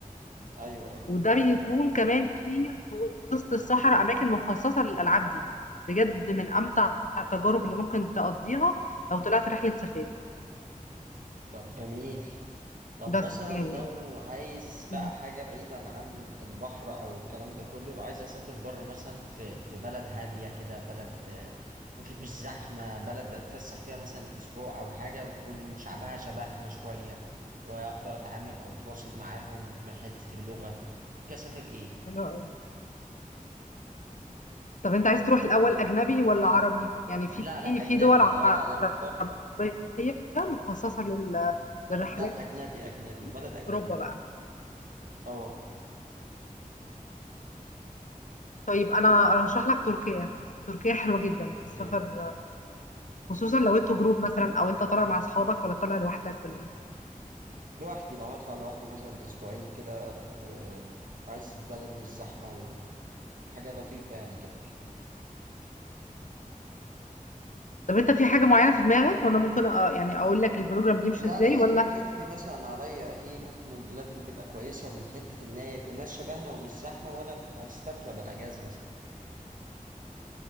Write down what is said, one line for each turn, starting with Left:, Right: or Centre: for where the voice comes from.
Right: ايوه ايوه
Left: وده بيكون كمان في في وسط الصحراء أماكن مخصصة للألعاب دي بجد من أمتع التجارب اللي ممكن تقضيها لو طلعت رحلة سفاري
Right: طب جميل طب
Left: بس
Right: مثلا
Left: يعني
Right: لو عايز بقى
Left: مم.
Right: حاجة بعيدا عن البحر أو الكلام ده كله لو عايز أسافر بره مثلا في في بلد هادية كده بلد آه، مف- مش زحمة بلد أتفسح فيها مثلا أسبوع أو حاجة ويكون شعبها شبهنا شوية وأقدر أتعامل أو أتواصل معاهم من حتة اللغة كسافر إيه؟
Left: حلو. أوي. طب أنت عايز تروح الأول أجنبي ولا عربي؟ يعني في
Right: لا لا أجنبي
Left: في دول
Right: أه
Left: عربية
Right: لا لا بره
Left: مخصصة لل- للرحلات
Right: لا أجنبي أجنبي
Left: دي
Right: بلد أجنبي
Left: أوروبا بقى
Right: أه
Left: طيب أنا أرشح لك تركيا تركيا حلوة جدا
Right: تركيا
Left: في السفر خصوصا لو انتوا جروب مثلا أو أنت طالع مع أصحابك ولا طالع لوحدك ولا إيه
Right: لوحدي لو هطلع لوحدي مثلا اسبوعين كده و... وعايز بلد مش زحمه وحاجه لطيفه يعني كده
Left: طب انت في حاجة معينة في دماغك وانا ممكن أ- يعني اقول لك البروجرام بيمشي
Right: لا
Left: ازاي
Right: لا
Left: ولا
Right: انت اقترحي مثلا عليا ايه ممكن البلاد اللي تبقى كويسه من حته ان هي يبقوا ناس شبهنا ومش زحمه وانا أت- استمتع بالاجازه مثلا